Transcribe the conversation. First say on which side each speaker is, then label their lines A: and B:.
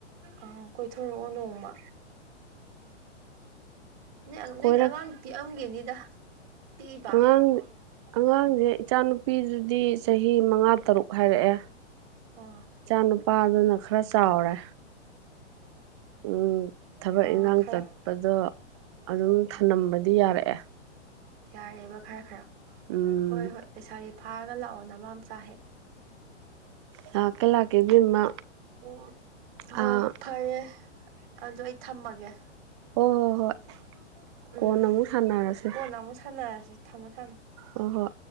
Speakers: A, on the right; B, on the right.
A: ꯑ ꯀꯣꯏꯊꯣꯔꯛꯑꯣ ꯅꯣꯡꯃ ꯅꯣꯏ ꯅꯣꯏꯗꯤ
B: ꯀꯣꯏꯔꯛ
A: ꯑꯉꯥꯡ ꯄꯤꯛꯑꯝꯒꯤꯅꯤꯗ ꯄꯤꯛꯏꯕ
B: ꯑꯉꯥꯡ ꯑꯉꯥꯡꯁꯦ ꯏꯆꯥꯅꯨꯄꯤꯗꯨꯗꯤ ꯆꯍꯤ ꯃꯉꯥ ꯇꯔꯨꯛ ꯍꯥꯏꯔꯛꯑꯦ
A: ꯑꯣ
B: ꯏꯆꯥ ꯅꯨꯨꯄꯥꯗꯨꯅ ꯈꯔ ꯆꯥꯎꯔꯦ ꯎꯝ ꯊꯕꯛ
A: ꯑꯣ ꯑ
B: ꯏꯟꯈꯥꯡ
A: ꯈꯔ
B: ꯆꯠꯄꯗꯣ ꯑꯗꯨꯝ ꯊꯅꯝꯕꯗꯤ ꯌꯥꯔꯛꯑꯦ
A: ꯌꯥꯔꯦꯕ ꯈꯔ ꯈꯔ
B: ꯎꯝ
A: ꯍꯣꯏ ꯍꯣꯏ ꯂꯩꯁꯥꯒꯤ ꯐꯥꯔꯒ ꯂꯥꯛꯑꯣ ꯅꯃꯥꯝꯆꯥ ꯍꯦꯛ
B: ꯂꯥꯛꯀꯦ ꯂꯥꯛꯀꯦ ꯏꯕꯦꯝꯃ
A: ꯑꯣ ꯍꯣ
B: ꯑꯥ
A: ꯐꯔꯦ ꯑꯗꯨ ꯑꯩ ꯊꯝꯃꯒꯦ
B: ꯍꯣꯏ ꯍꯣꯏ ꯍꯣꯏ
A: ꯎꯝ
B: ꯀꯣꯟꯅ ꯑꯃꯨꯛ ꯁꯥꯟꯅꯔꯁꯦ
A: ꯀꯣꯟꯅ ꯑꯃꯨꯛ ꯁꯥꯟꯅꯔꯁꯤ ꯊꯝꯃꫭ ꯊꯝꯃꫭ
B: ꯍꯣꯏ ꯍꯣꯏ